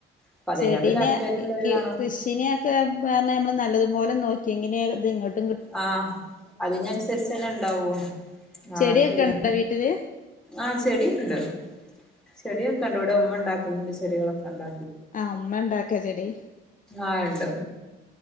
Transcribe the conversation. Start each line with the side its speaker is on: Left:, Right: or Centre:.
Centre: അപ്പൊ അതിനോട്
Left: ചെടിനെ
Centre: താല്പര്യമുള്ളവര് വേണം
Left: കൃഷിനെക്കെ പറണ നമ്മള് നല്ലതുപോലെ നോക്കി ഒെങ്ങെ <unintelligible>
Centre: ആ അതിനനുസരിച്ച് തന്നെ ഉണ്ടാവോ ആ
Left: ചെടിയൊക്കെ
Centre: ശരിയാ
Left: ഉണ്ടോ വീട്ടില്
Centre: ആ ചെടി ഇണ്ട് ചെടിയൊക ഒണ്ട് ഇവിടെ ഉമ്മ ഉണ്ടാക്കുന്നുണ്ട് ചെടികളൊക്കെ ഉണ്ടോ
Left: ആ ഉമ്മ ഉണ്ടാക്ക ചെടി
Centre: ആഹ് ഇണ്ട്